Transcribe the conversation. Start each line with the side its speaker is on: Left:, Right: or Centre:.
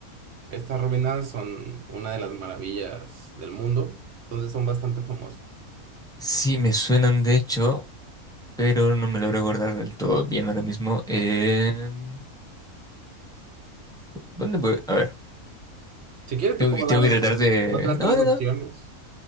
Right: Estas ruinas son una de las maravillas del mundo, entonces son bastante famosas.
Centre: Sí, me suenan de hecho, pero no me logro acordar del todo bien ahora mismo. Em, ¿dónde puedo? A ver,
Right: Si quieres,
Centre: tengo
Right: te puedo
Centre: que, tengo
Right: dar
Centre: que tratar de...
Right: otras
Centre: No,
Right: tres
Centre: no,
Right: opciones.
Centre: no.